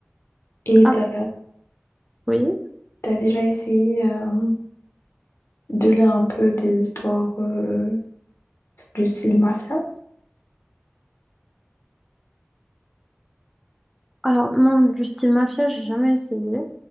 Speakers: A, on the left; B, in the centre.
A: Et
B: Ah
A: t'as,
B: oui.
A: t'as déjà essayé euh, de lire un peu des histoires euh, du style mafia?
B: Alors, non, du style mafia, j'ai jamais essayé.